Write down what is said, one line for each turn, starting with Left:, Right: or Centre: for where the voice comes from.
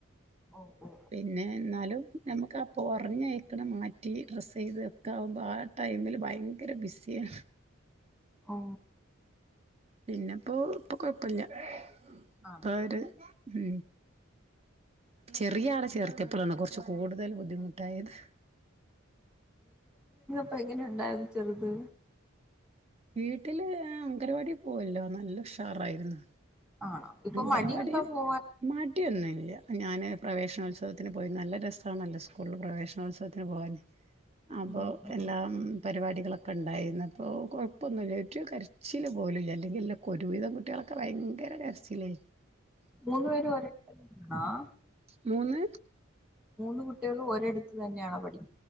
Centre: ഓ ഓ
Right: പിന്നെ എന്നാലും നമുക്ക് ആ പൊറഞ്ഞയക്കണേ മറ്റ റ്റീ ഡ്രസ് ചെയ്തൊക്കെ ആകുമ്പോൾ ആ ടൈമിൽ ഭയങ്കര ബിസ്സിയാ
Centre: ഓ
Right: പിന്നെപ്പോ ഇപ്പൊ കൊ- പ്പല്ല ഇപ്പവര്
Centre: ആണോ
Right: ഉ ചെറിയ ആളെ ചേർത്തിയപ്പളാണ് കൊർ ച്ച് കൂടുതൽ ബുദ്ധിമുട്ടായത്
Centre: അപ്പൊ എങ്ങനെ ഉണ്ടായിരുന്നു ചെറുത്
Right: വീട്ടില് അംഗൻവാടി പോവല്ലോ നല്ല ഉഷാറായിരുന്നു
Centre: ആണോ ഇപ്പൊ
Right: അംഗനവാടിയും
Centre: മടിയുണ്ടോ പോവാൻ
Right: മടി യൊന്നുംല്ല ഞാന് പ്രവേശനോത്സവത്തിന് പോയി നല്ല രസ സണല്ലോ സ്കൂളിൽ പ്രവേശന ഉത്സവം ഞങ്ങളുവനേ അപ്പൊ
Centre: ഉം ഉം
Right: എല്ലാം പരിപാടികളൊക്കെ ഉണ്ടായിരുന്നു അപ്പോൾ കുഴപ്പൊന്നുമില്ല ഒരു കരച്ചിൽ പോലില്ല അല്ലെങ്കിൽ എല്ല ഒരു വീതം കുട്ടികളൊക്കെ ഭയങ്കര കര ച്ചില്
Centre: മൂന്നുപേരും ഓരെടുത്ത് തന്നാണോ
Right: മൂന്ന്
Centre: മൂന്ന് കുട്ടികൾ ഒരിടുത്ത് തന്നെയാണ പഠി